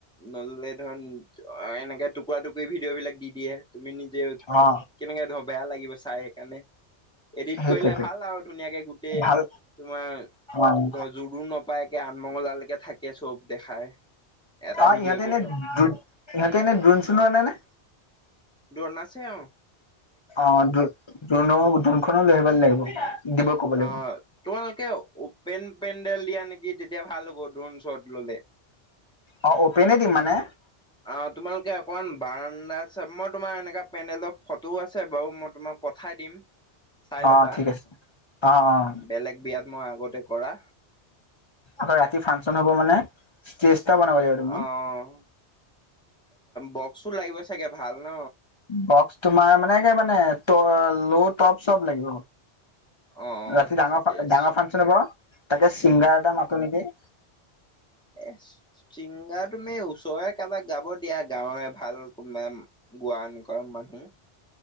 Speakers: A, in the centre; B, on the left (about 35°).
A: নললে ধৰ এনেকে টুকুৰা টুকুৰি ভিডিঅ' বিলাক দি দিয়ে তুমি যে কেনেকে
B: অ
A: ধৰ বেয়া লাগিব চাই সেইকাৰণে এডিট
B: সেইটোৱেতো
A: কৰিলে ভাল আৰু ধুনীয়াকে গোটেই
B: ভাল
A: তোমাৰ
B: অ
A: ধৰ জোৰ নাপায় তাকে আঠমঙলালেকে থাকে চব দেখাই। এটা
B: অ
A: ভিডিঅ'তে
B: ইহঁতে এনে
A: ধৰ
B: ইহঁতে এনে দ্রুণ চূণ আনে নে।
A: দ্রুন আছে অ।
B: অ ড্রোন অ ড্রোনখনো লৈ আহিব লাগিব। দিব ক'ব লাগিব।
A: অ তোমালোকে উপেন পেণ্ডেল দিয়া নেকি তেতিয়া ভাল হ'ব ড্ৰোনশট্ৰ ল'লে।
B: অ অপেনে দিম মানে
A: অ তোমালোকে অকমান বাৰ- নাই চোৱা মই তোমাৰ এনেকা পেণ্ডেলৰ ফটোও আছে বাৰু মই তোমাক পঠাই দিম। চাই ল'বা
B: অ ঠিক আছে অ অ।
A: বেলেগ বিয়াত মই আগতে কৰা।
B: অ ৰাতি ফাংচন হ'ব মানে ষ্টেজটা বনাব লাগিব তুমি।
A: অ' বক্সো লাগিব চাগে ভাল ন?
B: বক্স তোমাৰ মানে মানে ত লো টপ চব লাগিব।
A: অ' অ'
B: ৰাতি ডাঙৰ
A: ঠিকে আছে
B: ডাঙৰ ফাংচন হ'ব তাকে ছিংগাৰ
A: উম।
B: এটা মাতো নেকি?
A: এ ছিংগাৰ তুমি ওচৰৰে কাবাক গাব দিয়া গাঁৱৰে ভাল কোনোবা। গোৱা এনেকুৱা মানুহ।